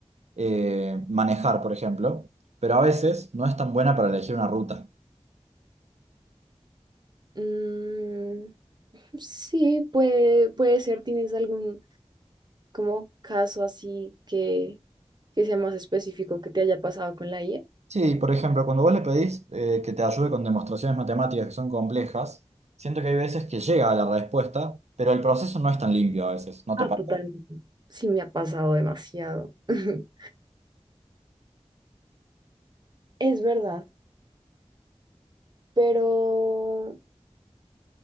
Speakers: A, on the right; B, on the right.
A: eh, manejar, por ejemplo, pero a veces no es tan buena para elegir una ruta.
B: Mm, sí, puede, puede ser, ¿tienes algún como caso así que, que sea más específico que te haya pasado con la IA?
A: Sí, por ejemplo, cuando vos le pedís eh, que te ayude con demostraciones matemáticas que son complejas, siento que hay veces que llega a la respuesta, pero el proceso no es tan limpio a veces, ¿no te
B: Ah,
A: parece?
B: totalmente. Sí, me ha pasado demasiado. <laughs> Es verdad, pero